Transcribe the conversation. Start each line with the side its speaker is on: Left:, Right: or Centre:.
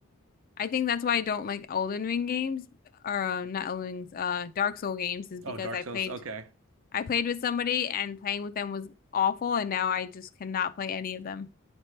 Left: I think that's why I don't like Elden Ring games or uh, not Elden Rings, uh Dark Soul games is because
Right: Oh, Dark
Left: I
Right: Souls.
Left: played
Right: Okay.
Left: I played with somebody and playing with them was awful and now I just cannot play any of them.